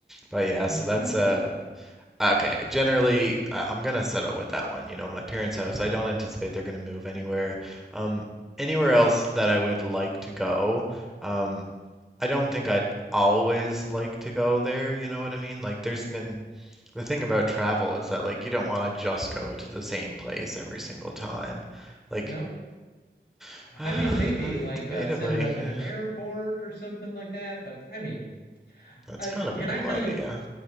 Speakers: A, in the centre; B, on the left (about 65°).
A: But yeah,
B: <laughs>
A: so that's uh okay. Generally, I- I'm gonna settle with that one. You know, my parents' house. I don't anticipate they're gonna move anywhere. Um, anywhere else that I would like to go. Um, I don't think I'd always like to go there. You know what I mean? Like, there's been the thing about travel is that like you don't want to just go to the same place every single time like
B: No.
A: <sighs> Uh,
B: I mean, maybe
A: uh,
B: like
A: debatably,
B: uh, set it up at
A: eh,
B: an airport or something like that, but I mean,
A: that's
B: I,
A: kind of
B: can
A: a cool
B: I tell
A: idea.
B: you